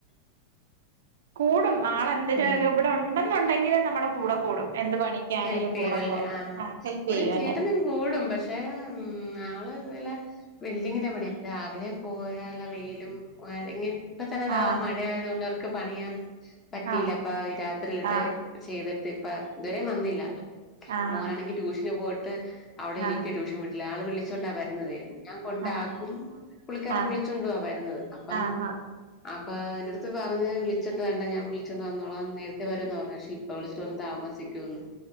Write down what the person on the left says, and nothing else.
<inaudible>
ആഹ്
ഹെല്പ് ചെയ്യൽ
അല്ലെ.
ഇവിടെ
ചേട്ടനും
കൂടും പക്ഷെ ആള് ബിൽഡിങ്ങിന്റെ പണിയ രാവിലെ പോയാല വെയിലും കൊഴെങ്ങി ഇപ്പത്തന്നെ താ
മഴയായതുകൊണ്ട് അവർക്ക് പണിയാൻ പറ്റിയില്ല
അപ്പ രാത്രിയിലിത്തെ
ചെയ്തിട്ട് ഇപ്പ ഇതുവരെ വന്നില്ല ആള്.
മോനാണെങ്കി ട്യൂഷന് പോയി അവിടെ ഇരിക്ക
ട്യൂഷൻ വിട്ടില് ആള് വിളിച്ചോണ്ടാ വരുന്നതേ ഞാൻ കൊണ്ടാക്കും
പുള്ളിക്കാരൻ
വിളിച്ചൊണ്ടവാ വരുന്നത് അപ്പം
അപ്പൊ എന്റെട്ത്ത് പറഞ്ഞ് വിളിചൊ ണ്ട് വേണ്ട ഞാൻ വിളിച്ചോണ്ട് വന്നോളാം നേരത്തെ വര്ന്ന് പറഞ്ഞ് പക്ഷെ ഇ വിളിച്ചിട്ട് പറഞ്ഞു താമസിക്കൊന്ന്